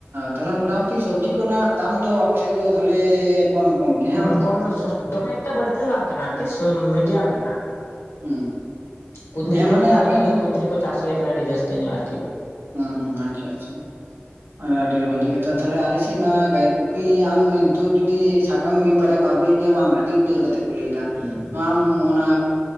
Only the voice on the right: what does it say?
ᱛᱟᱞᱦᱮ ᱢᱚᱴᱟᱢᱩᱴᱤ ᱥᱚᱵᱡᱤ ᱠᱚᱨᱮᱱᱟᱜ ᱫᱟᱢ ᱫᱚ ᱟᱯᱮ ᱥᱮᱫ ᱫᱚ ᱛᱟᱦᱚᱞᱮ ᱠᱚᱢ ᱠᱚᱢ ᱜᱮᱭᱟ ᱦᱮᱸ ᱵᱟᱝ?
ᱦᱮᱸ
ᱦᱮᱸ
ᱢᱟᱱᱮ
ᱟᱵᱮᱱ
ᱦᱟᱸ ᱟᱪᱪᱷᱟ ᱟᱪᱪᱷᱟ ᱾ ᱟᱨ ᱟᱹᱰᱤ ᱵᱷᱟᱹᱞᱤ‌ ᱠᱟᱛᱷᱟ ᱛᱟᱦᱚᱞᱮ ᱟᱞᱮᱥᱤᱜ ᱢᱟ ᱜᱟᱭ ᱠᱚᱯᱤ ᱟᱢ ᱛᱚ ᱡᱩᱫᱤ ᱥᱟᱠᱟᱢ ᱢᱤᱫ ᱵᱟᱨ ᱟᱹᱜᱩᱭᱮᱜ ᱜᱮᱭᱟ ᱵᱟᱝ ᱟᱹᱰᱤ ᱩᱛᱟᱹᱨ ᱠᱟᱛᱮ ᱠᱚ ᱞᱟᱹᱭ ᱫᱟ
ᱱᱚᱣᱟ ᱚᱱᱟ